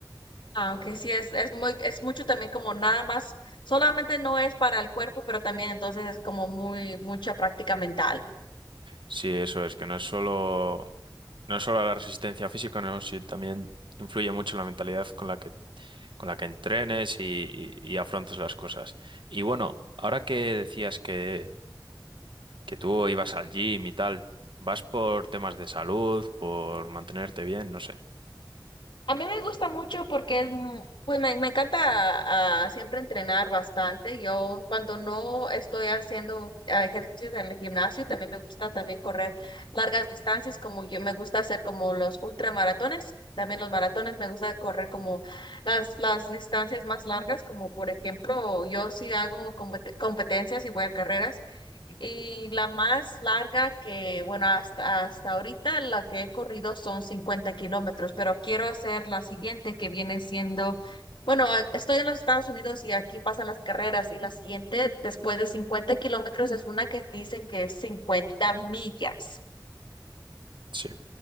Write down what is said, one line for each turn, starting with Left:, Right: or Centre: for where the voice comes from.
Left: Aunque sí es, es muy, es mucho también como nada más, solamente no es para el cuerpo, pero también entonces es como muy, mucha práctica mental.
Right: Sí, eso es, que no es solo, no es solo la resistencia física, no, sí, también influye mucho la mentalidad con la que, con la que entrenes y, y- y afrontes las cosas. Y bueno, ahora que decías que, que tú ibas al gym y tal, ¿vas por temas de salud, por mantenerte bien? No sé.
Left: A mí me gusta mucho porque es, mu- pues me, me encanta ah, siempre entrenar bastante. Yo cuando no estoy haciendo ah, ejercicios en el gimnasio, también me gusta también correr largas distancias, como yo me gusta hacer como los ultramaratones, también los maratones, me gusta correr como las, las distancias más largas, como por ejemplo, yo sí hago compet- competencias y voy a carreras. Y la más larga que, bueno, hasta, hasta ahorita la que he corrido son 50 kilómetros, pero quiero hacer la siguiente que viene siendo, bueno, a- estoy en los Estados Unidos y aquí pasan las carreras y la siguiente después de 50 kilómetros es una que dicen que es 50 millas.
Right: Sí.